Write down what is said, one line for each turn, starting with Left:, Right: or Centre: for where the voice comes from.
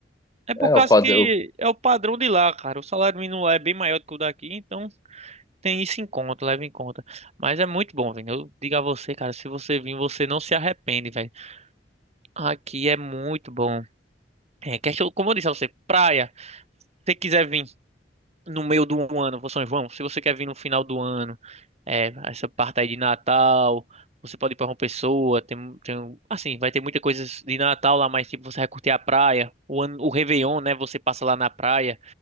Right: É por
Left: é
Right: causa
Left: o padrão
Right: que é o padrão de lá, cara. O salário mínimo lá é bem maior do que o daqui, então tem isso em conta, leva em conta. Mas é muito bom, velho. Eu digo a você, cara, se você vir, você não se arrepende, velho. Aqui é muito bom. É, questão, como eu disse a você, praia. Se você quiser vir. no meio do ano, for São João, se você quer vir no final do ano, é, essa parte aí de Natal, você pode ir para uma pessoa, tem, tem- assim, vai ter muita coisa de Natal lá, mas tipo, você vai curtir a praia, o ano, o Réveillon, né, você passa lá na praia,